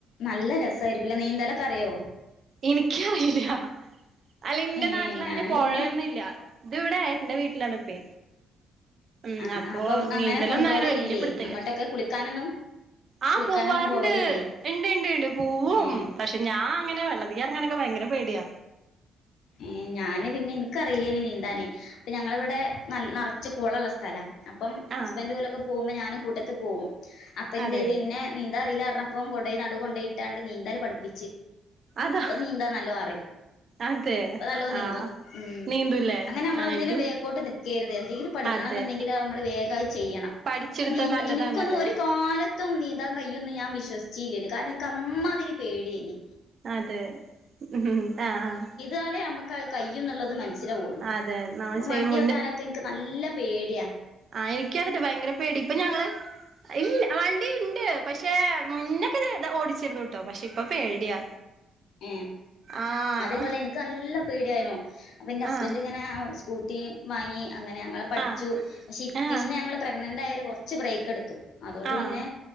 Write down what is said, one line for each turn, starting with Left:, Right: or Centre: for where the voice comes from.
Left: നല്ലെ രസായിരിക്കൂലെ നീന്തലൊക്കറിയോ?
Right: ഇൻക്കറീല്ല അല്ല ഇന്റെ
Left: ഏ
Right: നാട്ടിലങ്ങനെ
Left: ഞാന്
Right: പൊഴന്നില്ല
Left: പിന്നെ
Right: ത് വടെ ഇന്റെ വീട്ടിലാണ്പ്പെ. ഉം
Left: ആ
Right: അപ്പൊ
Left: ആ അപ്പം
Right: നീന്തലൊന്ന്വങ്ങനെ
Left: അങ്ങനെ കൊണ്ടുപോവലില്ലേ
Right: വെല്യ പിട് ത്തല്ല.
Left: അങ്ങോട്ടൊക്കെ കുളിക്കാനൊന്നും
Right: ആഹ്
Left: കുളിക്കാനൊന്നും
Right: പോവാറ്ണ്ട്
Left: പോവലില്ലേ
Right: ഇണ്ട് ണ്ട് ണ്ട് പോവും
Left: ഏ
Right: പക്ഷെ ഞാ അങ്ങനെ വെള്ള ത്തി എർങ്ങാനൊക്കെ ഭയങ്കര പേട്യാ
Left: ഏഹ് ഞാന് പിന്നെ ഇൻക്കറീലേനി നീന്താന് പ്പൊ ഞങ്ങളിവടെ നൽ നർ ച്ച് കുളള്ളെ സ്ഥലാ അപ്പം
Right: ആഹ്
Left: ഹസ്ബൻഡ് ഓലൊക്കെ പോവുമ്പോ ഞാനും കൂട്ടത്ത് പോവും. അപ്പൊ എന്തേയ്ത്
Right: അതെല്ലേ
Left: ഇന്നെ നീന്താ അറീലാർഞ്ഞപ്പോ കൊണ്ടോയി നടുകൊണ്ടോയിട്ടാണ്ട് നീന്തല് പഠിപ്പിച്.
Right: അതാ
Left: ഇപ്പം നീന്താ നല്ലോ അറിം
Right: അതെ
Left: പ്പ നല്ലോ നീന്തും
Right: ആഹ്
Left: ഉം
Right: നീന്തൂല്ലേ
Left: അങ്ങനെ അമ്മള്
Right: ആ
Left: ഒന്നിലും
Right: എനിക്കും
Left: വേക്കോട്ട് നിക്കേര്ത് എന്തെങ്കിലും പഠിക്കണന്ന്ണ്ടെങ്കി
Right: അതെ
Left: ല അമ്മള് വേഗത്‌ ചെയ്യണം.
Right: പഠിച്ചെടുത്താ
Left: ഇപ്പൊ നീന്ത
Right: നല്ലതാണ്
Left: ഇനിക്കൊന്ന്
Right: അതെ
Left: ഒരു കാലത്തും നീന്താൻ കയുന്ന് ഞാൻ വിശ്വസിച്ചി ല്ലേനി കാരണം ൻക്ക് അമ്മാതിരി പേട്യേനി
Right: അതെ ഉം ആഹ് ആഹ്
Left: ന്നാലെ അമ്മക്കത് കയ്യുന്നുള്ളത് മൻ സ്സിലാവൊള്ളു
Right: അതെ നമ്മൾ
Left: പ്പൊ
Right: ചെയ്യും
Left: വണ്ട്യോട്ടാനൊക്കെ ഇൻക്ക് നല്ലെ പേട്യാ
Right: ആഹ് എനിക്കും അതെട്ട ഭയങ്കര പേടി ഇപ്പൊ ഞങ്ങള് ഇല് വണ്ടിണ്ട് പക്ഷ ക്ഷേ മുന്നൊക്കെ ചെറ്ത ഓടിച്ചിരുന്നു ട്ടോ. പക്ഷെ ഇപ്പൊ പേടിയാ
Left: ഉം
Right: ആഹ്
Left: അതേപോലെ എൻക്ക് നല്ല പേടിയേനു അപ്പൊ ന്റെ ഹസ്ബൻഡ്
Right: ആഹ്
Left: ഇങ്ങനെ ഔസ് കൂട്ടി വാങ്ങി അങ്ങനെ ഞങ്ങള പഠ്ച്ചു
Right: ആഹ്
Left: പക്ഷെ ഇ
Right: ആഹ്
Left: പിന്നെ ഞങ്ങള് പ്രഗ്നന്റ് ആയ ട്ട് കുറച്ച് ബ്രേക്ക് എടുത്തു അതുകൊണ്ട്
Right: ആഹ്
Left: പിന്നെ